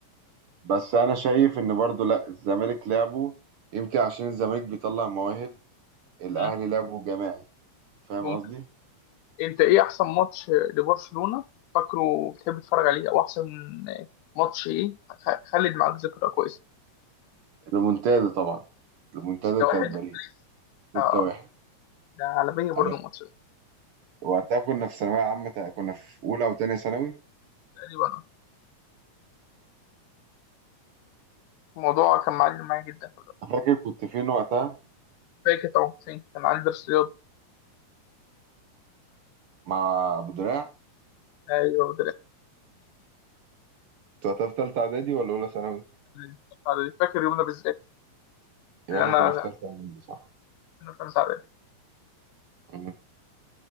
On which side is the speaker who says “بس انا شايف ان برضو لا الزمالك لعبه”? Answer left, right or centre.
Right